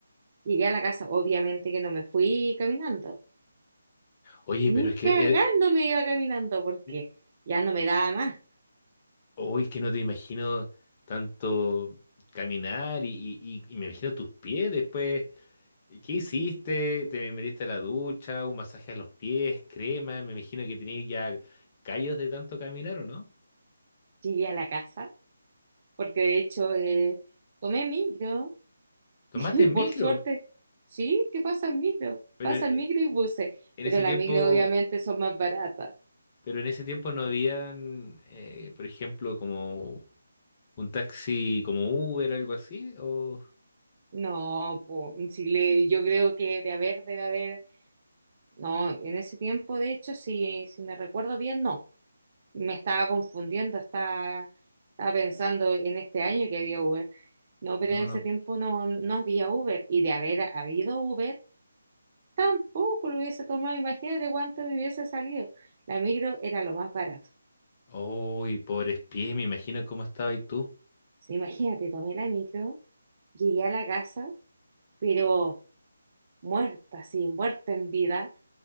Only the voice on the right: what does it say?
Llegué a la casa, obviamente que no me fui caminando,
ni
cagando me iba caminando, porque
ya no me daba más.
Llegué a la casa, porque de hecho eh, tomé micro.
<laughs>
Por suerte, sí, ¿qué pasa el micro?
Pasa
el micro y buses,
pero
las
micro obviamente son más baratas.
No, po, si le, yo creo que de haber, debe haber, no, en ese tiempo, de hecho, si, si me recuerdo bien, no, me estaba confundiendo, estaba, estaba pensando en este año que había Uber, no, pero
en ese
tiempo no, no había Uber, y de haber habido Uber, tampoco lo hubiese tomado, imagínate cuánto me hubiese salido, la micro era lo más barato.
Sí, Imagínate, tomé la micro. Llegué a la casa, pero muerta, sí, muerta en vida,